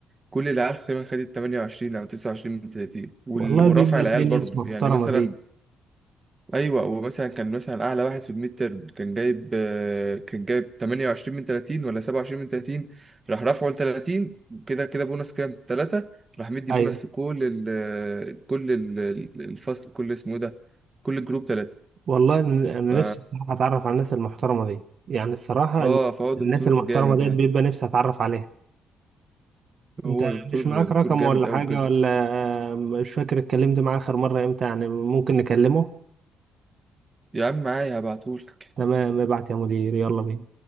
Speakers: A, on the right; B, on the right.
A: كل العيال تقريبا خدت 28 او 29 من 30 وال-
B: والله
A: ورفع
B: بيبقى
A: العيال
B: في ناس
A: برضو
B: محترمة
A: يعني مثلا
B: دي
A: ايوه ومثلا كان مثلا اعلى واحد في الميد تيرم كان جايب آه، كان جايب 28 من 30 ولا 27 من 30 راح رافعه ل 30 وكده كده بونص كام 3 راح مدي
B: ايوه
A: بونص لكل ال كل ال الفصل كل اسمه إيه ده كل الجروب 3
B: والله إن- انا
A: ف
B: نفسي الصراحة اتعرف على الناس المحترمة دي يعني الصراحة
A: اه
B: إن-
A: فهو دكتور
B: الناس المحترمة
A: جامد
B: ديت
A: يعني
B: بيبقى نفسي اتعرف عليها
A: هو
B: انت
A: دكتور
B: مش معاك
A: دكتور
B: رقم
A: جامد
B: ولا حاجة
A: قوي بجد
B: ولا مش فاكر اتكلمت معاه اخر مرة امتى يعني ممكن نكلمه
A: يا عم معايا هبعتهولك
B: تمام ابعت يا مدير يلا بينا